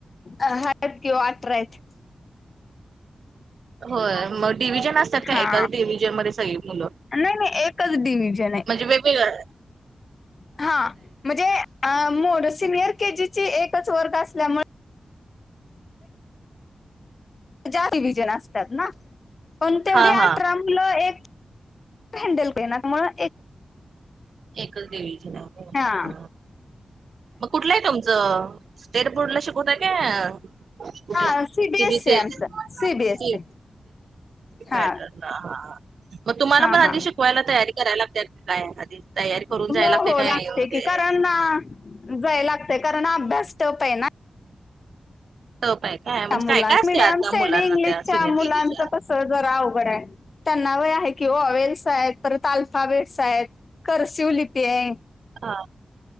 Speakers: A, on the left; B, on the right.
A: अ हायत की ओ अठरा आहेत.
B: होय मग डिव्हिजन असतात
A: हा
B: का एकाच डिव्हिजन मध्ये सगळी मुलं?
A: नाही नाही एकच डिव्हजन आहे.
B: म्हणजे वेगवेगळ?
A: हा म्हणजे मोड, सिनियर केजी चा एकच वर्ग असल्यामुळे च्या डिव्हिजन असतात ना पण तेवढी
B: हा हा
A: अठरा मुल एक हँडल एकच त्यामुळं
B: एकच डिव्हिजन आहे. व्हय.
A: हा!
B: मग कुठलं आहे तुमचं स्टेट बोर्ड ला शिकवतय काय कुठल
A: हा सीबीएसई
B: सीबीएससी
A: आहे आमचं सीबीएसई हा
B: पॅटर्न, हा मग तुम्हाला
A: हा
B: पण आधी
A: हा
B: शिकवायला तयारी कराय लागते काय आधी? तयारी करून
A: हो
B: जायला लागतंय
A: हो
B: काय
A: लागते
B: म्हणजे
A: की कारण अ, जाय लागतय कारण अभ्यास टफ आहे ना!
B: टफ आहे काय? म्हणजे
A: मुला
B: काय काय असते
A: मीडियम,
B: आता
A: सेमी
B: मुलांना
A: इंग्लिशच्या
B: त्या सिनियर
A: मुलांच
B: केजीच्या
A: कस जरा अवघड आहे. त्यांना वय आहे की ऑवेल्स आहेत परत आल्फा बेट्स आहेत करसिव लिपी आहे.
B: हा!